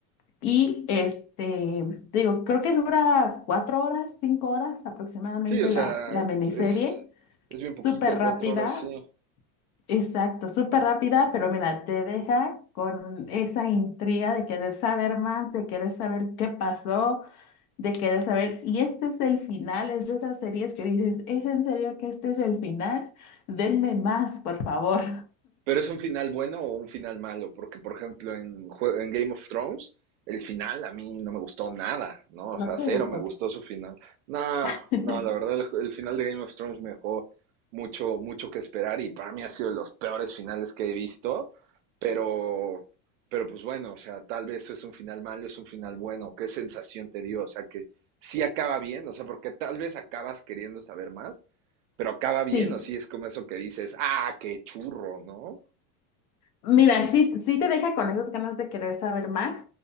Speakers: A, on the left; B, on the right.
A: Y este, te digo, creo que dura cuatro horas, cinco horas aproximadamente
B: Sí, o sea,
A: la, la miniserie
B: es, es bien
A: súper
B: poquito,
A: rápida,
B: cuatro horas, sí.
A: Exacto, súper rápida, pero mira, te deja con esa intriga de querer saber más, de querer saber qué pasó, de querer saber, y este es el final, es de esas series que dices, ¿es en serio que este es el final? Denme más, por favor.
B: Pero es un final bueno o un final malo, porque por ejemplo en, jue- en Game of Thrones, el final a mí no me gustó nada, ¿no? O
A: ¿No
B: sea,
A: te
B: cero
A: gustó?
B: me gustó su final. No,
A: <laughs>
B: no, la verdad el, el final de Game of Thrones me dejó mucho, mucho que esperar y para mí ha sido de los peores finales que he visto, pero, pero pues bueno, o sea, tal vez es un final malo, es un final bueno, ¿qué sensación te dio? O sea, que sí acaba bien, o sea, porque tal vez acabas queriendo saber más, pero acaba bien,
A: Sí,
B: o sí es como eso que dices, ah, qué churro, ¿no?
A: mira, sí, sí te deja con esas ganas de querer saber más.